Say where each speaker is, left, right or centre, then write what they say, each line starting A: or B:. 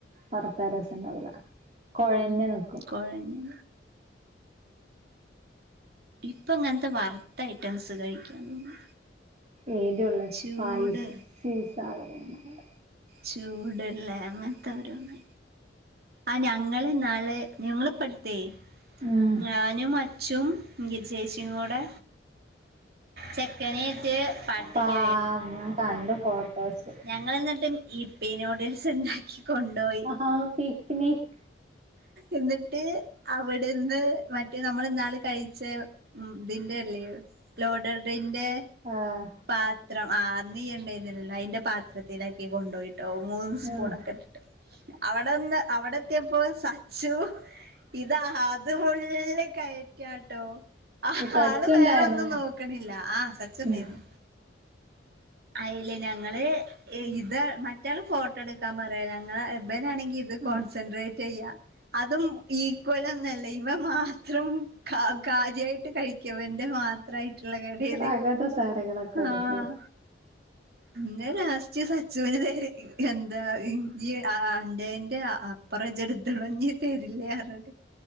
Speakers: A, on the right; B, on the right.
A: വറുത്ത രസണ്ടാവൂല കുഴഞ്ഞ്നിക്കും.
B: കുയഞ്ഞ് ഇപ്പോ ഇങ്ങനത്തെ വറുത്ത ഐറ്റംസ് കഴിക്കാ തോന്നുന്നു.
A: എരുള്ള
B: ചൂട്
A: സ്പൈസി സാധനങ്ങൾ.
B: ചൂടുള്ള അങ്ങനത്തെ ഓരോന്ന്. ആ ഞങ്ങള്ന്നാള് ഞങ്ങളിപ്പടുത്തെ
A: ഉം
B: ഞാനുഅച്ഛ ച്ചും ഗി ചേച്ചികൂടെ ചെക്കനേറ്റ്. പാടത്തേക്ക്
A: പാ <unintelligible> കണ്ട് ഫോട്ടോസ്.
B: ഞങ്ങളെന്നിട്ട് ഇപ്പിനൂഡിൽസ് ഉണ്ടാക്കി കൊണ്ടപോയി.
A: ആഹാ പിക്നിക്
B: എന്നിട്ട് അവിടുന്ന് മറ്റേ നമ്മള്ന്നാള് കഴിച്ചേ ഉ ഇതിന്റെ അല്ലേ ലോഡറിന്റെ.
A: ആഹ്
B: പാത്രം ആ നീയ്യ്ഉണ്ടതിനല്ല അതിന്റെ പാത്രത്തിലാക്കി കൊണ്ടുപോയിട്ടോ. മൂന്ന് സ്പൂൺക്കെ
A: ആഹ്
B: ഇട്ട് അവിടെന്ന് അവിടെത്തിയപ്പോ സച്ചു ഇതാ ഫുള്ള്കയ്കട്ടോ? ആ
A: സച്ചുണ്ടായിരുന്നോ
B: ആള് വേറെന്നും നോക്കണില്ല ആ സച്ചു
A: ഉം
B: ടയിനു. യില്ലേ ഞങ്ങള് ഇത് മറ്റാള് ഫോട്ടോ എടുക്കാൻ പറയാ ഞങ്ങ നാണെങ്കി ഇത് കോൺസെൻട്രേറ്റ്
A: ആഹ്
B: ചെയ്യാ അതും ഈക്വല ഒന്നല്ല ഇവ മാത്രം കാര്യായിട്ട് കഴിക്കവന്റെ മാത്ര ആയിട്ടുള്ള കടിയൾ.
A: അങ്ങനത്തെ സാധനങ്ങളൊക്കെ ഒരുപ്പോ
B: ആഹ ഇന്നെ ലാസ്റ്റ് സച്ചുനരെ <unintelligible> എന്താ ഈ എന്റെന്റെ അപ്പുറ ചെടുത്തണ തരില്ല പറിഞ്ഞിട്ട്